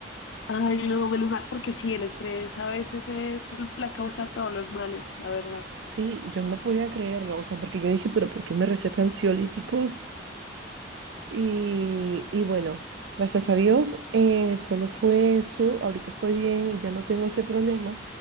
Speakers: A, on the left (about 75°); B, on the right (about 70°).
A: ay, no, menos mal, porque sí, el estrés a veces es el- la causa de todos los males, la verdad.
B: Sí, yo no podía creerlo, o sea, porque yo dije, pero ¿por qué me recetan ansiolíticos? Y, y bueno, gracias a Dios, eh, solo fue eso, ahorita estoy bien, ya no tengo ese problema,